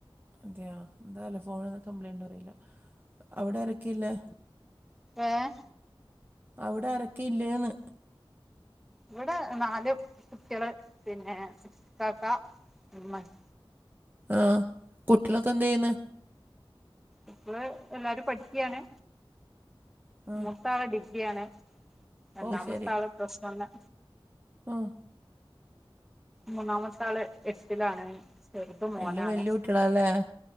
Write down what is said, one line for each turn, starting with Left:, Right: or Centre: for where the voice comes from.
Right: അതെയ എന്താലെ ഫോണിന്ന് കംപ്ലൈൻറ് അറിയില്ല അവിടെ ആരൊക്കിയില്ലേ?
Centre: ഏഹ്
Right: അവടെ അരക്കെ ഇല്ലേന്ന്
Centre: ഇവിടെ നാല് കുട്ടികള് പിന്നെ ഇക്കാക്ക ഉമ്മയും
Right: ആഹ് കുട്ടികളൊക്കെ എന്ത്‌ ചെയ്യുന്നേ
Centre: ഇപ്പള് എല്ലാരും പഠിക്കുകയാണ്
Right: ആഹ്
Centre: മൂത്ത ആള് ഡിഗ്രിയാണ് രണ്ടാമത്തെ
Right: ഓ ശരി
Centre: ആള് പ്ലസ്‌വണ്
Right: ആഹ്
Centre: മൂന്നാമത്തെ ആള് എട്ടിലാണ് ചെറുത് മോനാണ്
Right: എല്ലാം വല്യ കുട്ടികളാല്ലേ